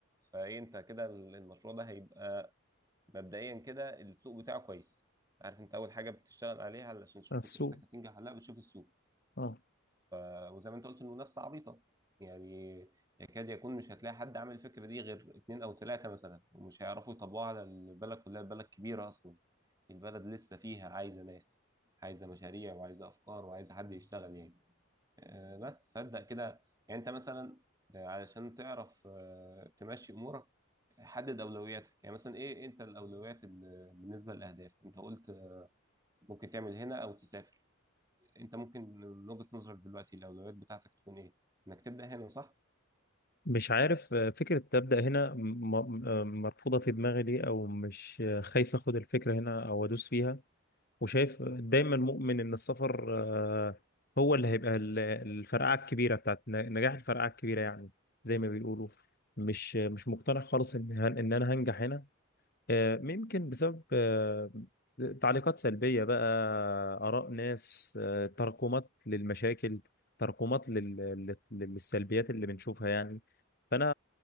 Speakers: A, on the right (about 15°); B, on the left (about 50°).
A: فايه انت كده ال- المشروع ده هيبقى مبدئيا كده السوق بتاعه كويس عارف انت اول حاجه بتشتغل عليها علشان تشوف
B: السوق
A: فكرتك هتنجح ولا لا بتشوف السوق
B: اه
A: ف... وزي ما انت قلت المنافسه عبيطه يعني يكاد يكون مش هتلاقي حد عامل الفكره دي غير اتنين او تلاته مثلا ومش هيعرفوا يطبقوها على البلد كلها البلد كبيره اصلا البلد لسه فيها عايزه ناس عايزه مشاريع وعايزه افكار وعايزه حد يشتغل يعني آه، بس فابدا كده يعني انت مثلا آه، علشان تعرف آه، تمشي امورك حدد اولوياتك يعني مثلا ايه إيه انت الاولويات ال- بالنسبه للاهداف انت قلت ممكن تعمل هنا او تسافر انت ممكن من وجهة نظرك دلوقتي الاولويات بتاعتك تكون ايه انك تبدأ هنا صح
B: مش عارف آه، فكره تبدا هنا م- م- آه، مرفوضه في دماغي ليه او مش آه، خايف اخد الفكره هنا او ادوس فيها وشايف دايما مؤمن ان السفر آه، هو اللي هيبقى ال- الفرقعه الكبيره بتاعت ن- نجاح الفرقعه الكبيره يعني زي ما بيقولوا مش مش مقتنع خالص ان هن- ان انا هنجح هنا آه، يمكن بسبب آه، تعليقات سلبية بقى آراء ناس آه، تراكمات للمشاكل تراكمات لل... لل- للسلبيات اللي بنشوفها يعني فأنا